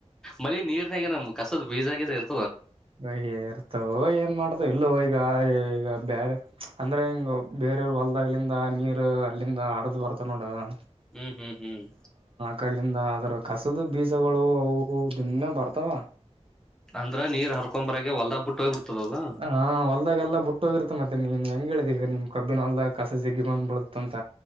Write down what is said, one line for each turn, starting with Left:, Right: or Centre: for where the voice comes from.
Centre: ಮಳಿ ನೀರ ನ್ಯಾಗ ಏನ ಕಸದ ಬೀಜ ಗೀಜ ಏನು.
Right: ಬೆಳೆ ಇರ್ತವ ಏನ್ ಮಾಡ್ತ ಏಲ್ಲೋ ಹೋತ. ಈಗ ಈಗ ಬೇರೆ ಅಂದ್ರೆ ಹಿಂಗ ಬೇರೆೆಯವರು ಹೊಲದಾಗ್ಲಿಂದ ನೀರು ಅಲ್ಲಿಂದ ಅರದ ಬರತಾವ. ಮತ ನೋಡ.
Centre: ಹ್ಮ್ ಹ್ಮ್ ಹ್ಮ್.
Right: ಕಲ್ಲಿಂದ ಅದ್ರ ಕಸದ ಬೀಸಗಳು ಅವು ದುನೆ ಬರ್ತಾವ.
Centre: ಅಂದ್ರ ನೀರ್ ಹರ್ಕೊಂಬರಾಗ ಹೊಲ್ದಾಗ ಬಿಟ್ಟ ಹೋಗ್ಬಿಡ್ತದ ಅದು
Right: ಹ್ಮ್ಮ್ ಹೊಲ್ದಾಗೆಲ್ಲ ಬಿಟ್ಟ ಹೋಗಿರ್ತ್ತೆ ಮತ್ತೆ ನೀನ್ ಹೆಂಗ ಹೇಳತಿ. ಈಗ ನಿಮ್ ಕಬ್ಬಿನ ಹೊಲದಾಗ ಕಸ ಜೇಗ್ಗಿ ಬಂದ ಬಳತ್ತಂತ